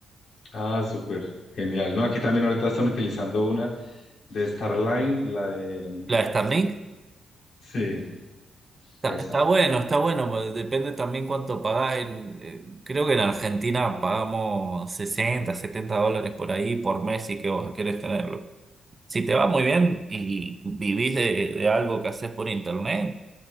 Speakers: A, on the left; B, on the right.
A: Ah, súper, genial. No, aquí también ahorita están utilizando una de Starline, la de...
B: La Starlink
A: Sí,
B: está,
A: esa.
B: está bueno, está bueno, pero depende también cuánto pagás. En, eh, creo que en Argentina pagamos 60, 70 dólares por ahí por mes si que vos querés tenerlo. Si te va muy bien y vivís de, de algo que haces por internet,